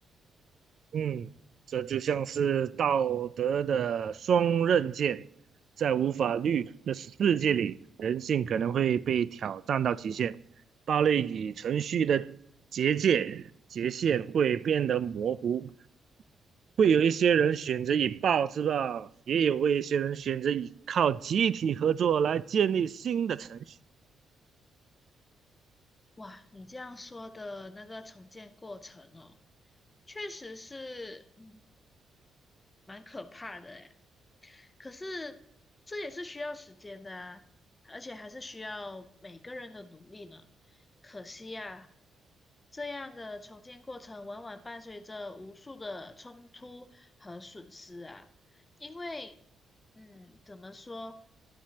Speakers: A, on the right; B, on the left.
A: 嗯，这就像是道德的双刃剑，在无法律的世界里，人性可能会被挑战到极限，暴力与程序的结界界限会变得模糊。会有一些人选择以暴制暴，也有一些人选择以靠集体合作来建立新的程序。
B: 哇，你这样说的那个重建过程哦，确实是，嗯，蛮可怕的诶。可是这也是需要时间的啊，而且还是需要每个人的努力呢。可惜呀，这样的重建过程往往伴随着无数的冲突和损失啊，因为，嗯，怎么说？